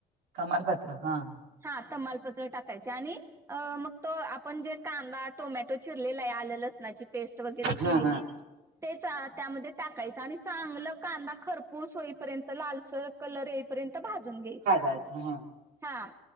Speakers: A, on the right (about 80°); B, on the right (about 15°).
A: तमालपत्र हां.
B: हां तमालपत्र टाकायचे आणि अ मग तो आपण जे कांदा टोमॅटो चिरलेला आहे आलं लसूण ची पेस्ट वगैरे
A: हा
B: केलेली.
A: हा
B: तेच त्यामध्ये टाकायचं आणि चांगलं कांदा खरपूस होईपर्यंत लालसर कलर येईपर्यंत भाजून घ्यायचा.
A: <unintelligible>
B: हां